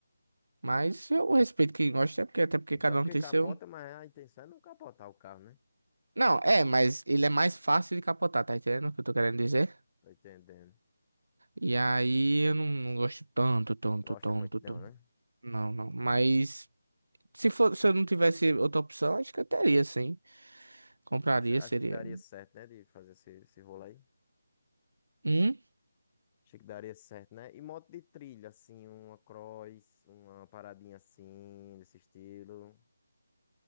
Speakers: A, on the right; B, on the left.
A: Mas eu respeito quem gosta, é porque até porque cada
B: Só porque
A: um tem
B: capota,
A: seu.
B: mas a intenção é não capotar o carro, né?
A: Não, é, mas ele é mais fácil de capotar, tá entendendo o que eu tô querendo dizer?
B: Tô entendendo.
A: E aí eu não, não gosto tanto, tanto,
B: Gosta
A: tanto,
B: muito, não,
A: tanto.
B: né?
A: Não, não. Mas Se for, se eu não tivesse outra opção, acho que eu teria, sim. Compraria,
B: Acho, acho
A: seria.
B: que daria certo, né? De fazer esse, esse rolo aí.
A: Hum?
B: Achei que daria certo, né? E moto de trilha, assim, uma cross, uma paradinha assim, desse estilo.